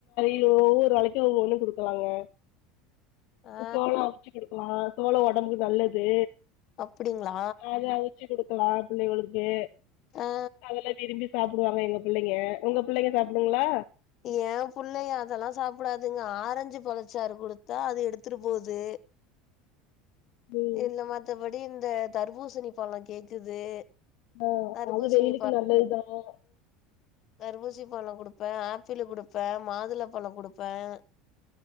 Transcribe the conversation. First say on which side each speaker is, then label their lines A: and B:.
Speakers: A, on the left (about 65°); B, on the left (about 45°).
A: ஒவ்வொரு நாளைக்கும் ஒவ் ஒண்ணு குடுக்கலாங்க
B: ஆ
A: சோளம் அவுச்சு குடுக்கலா சோளம் ஒடம்புக்கு நல்லது
B: அப்படிங்களா
A: அத அவுச்சி குடுக்கலாம் புள்ளைவளுக்கு
B: ஆ
A: அதெல்லா விரும்பி சாப்டுவாங்க எங்க பிள்ளைங்க உங்க புள்ளைங்க சாப்டுங்களா
B: ஏன் புள்ளைய அதெல்லாம் சாப்பிடாதுங்க ஆரஞ்சு பழச்சாறு கொடுத்தா அது எடுத்துட்டு போது
A: ம்
B: இல்ல மத்தபடி இந்த தர்பூசணி பழம் கேக்குது
A: ஆஹ்
B: தர்பூசணி
A: அது வெயிலுக்கு நல்லது தான
B: தருபூசி பழம் கொடுப்பேன் ஆப் பிள் கொடுப்பேன் மாதுளப்பழம் கொடுப்பேன்